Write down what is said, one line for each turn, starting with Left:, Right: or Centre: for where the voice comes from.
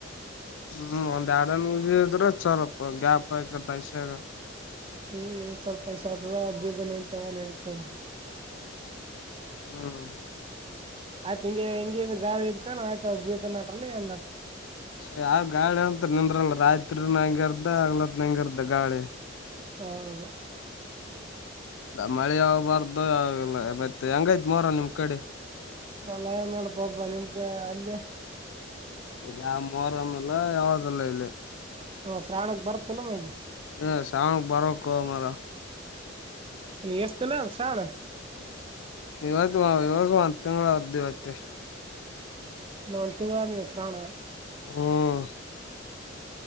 Left: ಹ್ಮ್ ಒಂದ್ ಎರಡನ್ ಉಜಿದ್ರೆ ಚಲಪ ಗ್ಯಾಪ್ ಆಯಕ ಪಐಸೆಗ
Right: ಹ್ಮ್ ಸ್ವಲ್ಪ ಇಷ ಆದ ಬ್ಯಜನ್ ಇಂತವನ್ ಹೇತದ
Left: ಹ್ಮ್
Right: ಆಯ್ತ ಹಿಂಗೆ ಹಂಗ ಗಾಳ ಇತಾನ ಆಯ್ತ ಅವ್ರ ಬೀಸ ನಟ್ರ ಏ
Left: ಸರಿ ಯ ಗಾಳ ನಿಂದ್ರಲ್ಲ ರಾಯತ್ರಿ ನಂಗರ್ದ ಆಗ್ಲತ್ ನಂಗಗೆ ಅರ್ದ ಗಾಳಿ
Right: ಹೌ
Left: ಮಳೆ ಆಬಾರ್ದು ಮತ್ತ ಹೆಂಗೈತ್ ಮರ ನಿಮ್ ಕಡೆ
Right: ಸಲಹಡಪಬ ನಿಮ್ಮ ಕಡೆ ಅಲ್ಲಿ
Left: ಇಲ್ಲಿ ಆ ಮೋರಮೆಲ್ಲ ಯಾವದಲ್ಲ ಇಲ್ಲಿ
Right: ಹ ಶ್ರಾವಾಣಕ್ ಬರ್ತ್ತಲ್ಲ ಮೆ
Left: ಹ್ಮ ಶಾವಣ ಬಾರೋ ಕ ಮರ
Right: ನೀ ಎಸ್ತ ನ ಶಾನ
Left: ಇವತ್ತು ಇವತ್ತು ಮತ್ತಂಗ್ದ ಪತ್ತೆ
Right: ಒ ತಿಂಗಗಳಿವಸರಣ
Left: ಹ್ಮ್